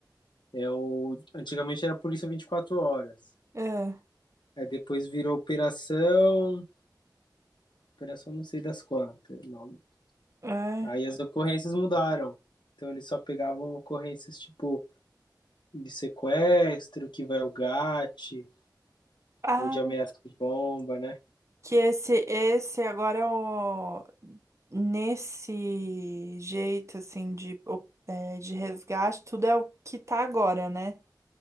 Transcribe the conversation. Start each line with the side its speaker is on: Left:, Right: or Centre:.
Left: É o... Antigamente era Polícia 24 Horas.
Right: É,
Left: Aí depois virou Operação. Operação não sei das quantas. Não,
Right: é.
Left: Aí as ocorrências mudaram. Então eles só pegavam ocorrências tipo de sequestro, que vai o GAT,
Right: Ah.
Left: ou de ameaça de bomba, né?
Right: Que esse, esse agora é o. Nesse jeito, assim, de, o- é, de resgate, tudo é o que tá agora, né?